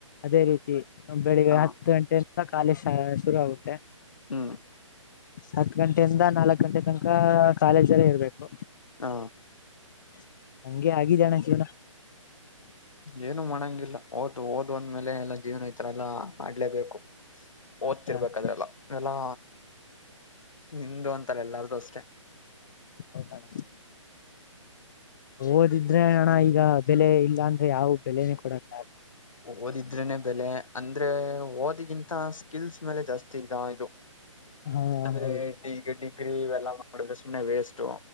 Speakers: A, on the left; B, on the left.
A: ಅದೇ ರೀತಿ ಬೆಳಿಗ್ಗೆ
B: ಹಾ
A: ಹತ್ತ ಗಂಟೆ. <unintelligible> ಕಾಲೇಶ್ ಶುರು ಆಗುತ್ತೆ.
B: ಹ್ಮ್
A: ಹತ್ತರಿಂದ ನಾಲ್ಕ ಗಂಟೆ ತನಕ ಕಾಲೇಜಲ್ಲೇ ಇರಬೇಕು.
B: ಹು
A: <inaudible> ಹಂಗೆ ಆಗಿದೆ ಅಣ್ಣ ಜೀವನ.
B: ಏನು ಮಾಡಂಗಿಲ್ಲ ಓದ್ ಓದ್ ಅಂದ್ಮೇಲೆ ಎಲ್ಲಾ ಜೀವನ ಇತರಲ್ಲಾ. ಮಾಡ್ಲೇಬೇಕು ಓದ್ತಿರ್ಬೇಕದ್ರೆಲ್ಲ
A: ಹಾ
B: ಎಲ್ಲಾ. ನಿಂದು ಅಂತಲ್ಲ ಎಲ್ಲಾರ್ದು ಅಷ್ಟೇ.
A: ಹೌದಣ್ಣ ಓದಿದ್ರೆ ಅಣ್ಣ ಈಗ ಬೆಲೆ ಇಲ್ಲ ಅಂದ್ರೆ ಯಾವ ಬೆಲೆನೇ ಕೊಡಲ್
B: ಓದಿದ್ರೆನೆ ಬೆಲೆ ಅಂದ್ರೆ ಓದಿಗಿಂತ ಸ್ಕಿಲ್ಸ್ ಮೇಲೆ ಜಾಸ್ತಿ ಈಗ ಇದು
A: ಹಾ
B: ಅಂದ್ರೆ
A: ಹೌದು
B: ಈಗ ಡಿಗ್ರಿ ಇವೆಲ್ಲ ಮಾಡಿದ್ರೆ ಸುಮ್ನೆ ವೇಸ್ಟು